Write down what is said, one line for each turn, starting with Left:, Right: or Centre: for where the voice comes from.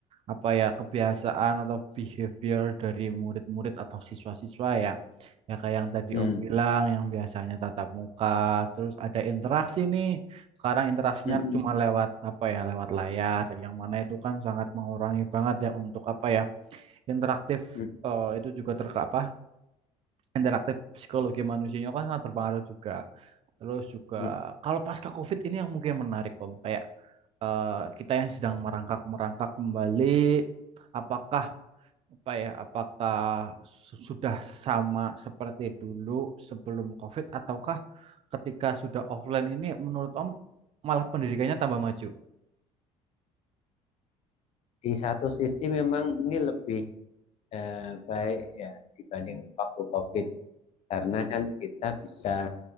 Right: apa ya kebiasaan atau behavior dari murid-murid atau siswa-siswa ya. Ya kayak yang tadi
Left: Hmm,
Right: Om bilang, yang biasanya tatap muka, terus ada interaksi nih. Sekarang interaksinya
Left: mm-mm,
Right: cuma lewat apa ya, lewat layar, dan yang mana itu kan sangat mengurangi banget ya untuk apa ya interaktif.
Left: mm, mm.
Right: eh, itu juga terkapa interaktif psikologi manusianya kan sangat berpengaruh juga. Terus juga
Left: mm.
Right: kalau pasca COVID ini yang mungkin menarik Om, kayak eh, kita yang sedang merangkak-merangkak kembali apakah apa ya, apakah su- sudah sama seperti dulu sebelum COVID ataukah ketika sudah offline ini menurut Om malah pendidikannya tambah maju?
Left: Di satu sisi memang ini lebih eh, baik ya dibanding waktu COVID karena kan kita bisa